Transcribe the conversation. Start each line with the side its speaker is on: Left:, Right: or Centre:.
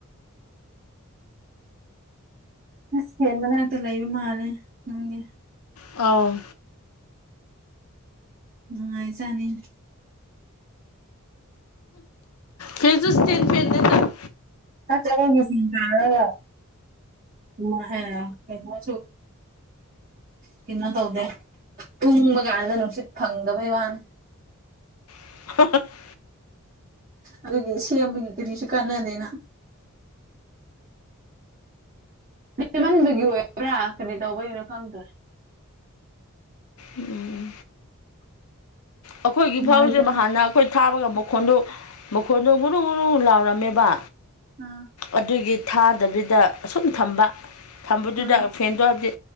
Right: ꯑꯁ ꯐꯦꯟꯅ ꯃꯅꯥꯛꯇ ꯂꯩꯕ ꯃꯥꯜꯂꯦ ꯅꯪꯗꯤ
Left: ꯑꯧ
Right: ꯅꯨꯡꯉꯥꯢꯖꯥꯠꯅꯤ
Left: ꯐꯦꯟꯖꯨ ꯏꯁꯇꯦꯟ ꯐꯦꯟꯅꯦꯗ
Right: ꯑꯁ ꯑꯗꯨꯒꯤ ꯁꯤꯡ ꯇꯥꯔꯒ ꯎ ꯑꯍꯦ ꯀꯩ ꯋꯁꯨ ꯀꯩꯅꯣ ꯇꯧꯗꯦ ꯇꯨꯡꯕ ꯀꯥꯟꯗ ꯅꯨꯡꯁꯤꯠ ꯐꯪꯗꯕꯩ ꯋꯥꯅꯤ
Left: <unintelligible>
Right: ꯑꯗꯨꯒꯤ ꯁꯦꯝꯕꯒꯤ ꯀꯔꯤꯁꯨ ꯀꯥꯟꯅꯗꯦꯅ ꯅꯦꯝꯃꯟꯕꯒꯤ ꯑꯣꯢꯕ꯭ꯔꯥ ꯀꯔꯤ ꯇꯧꯕꯩꯅꯣ ꯈꯪꯗ꯭ꯔꯦ
Left: ꯎꯝ ꯑꯩꯈꯣꯢꯒꯤ
Right: ꯅꯨꯡꯉꯥꯏꯇꯕꯅꯦ
Left: ꯐꯥꯎꯖꯦ ꯃꯍꯥꯟꯅ ꯑꯈꯣꯢ ꯊꯥꯕꯒ ꯃꯈꯣꯟꯗꯨ ꯃꯈꯣꯟꯗꯨ ꯉꯨꯔꯨꯡ ꯉꯨꯔꯨꯡ ꯂꯥꯎꯔꯝꯃꯦꯕ
Right: ꯑ
Left: ꯑꯗꯨꯒꯤ ꯊꯥꯗꯕꯤꯗ ꯑꯁꯨꯝ ꯊꯝꯕ ꯊꯝꯕꯗꯨꯗ
Right: ꯑꯥ
Left: ꯐꯦꯟꯗꯣ ꯍꯥꯢꯕꯗꯤ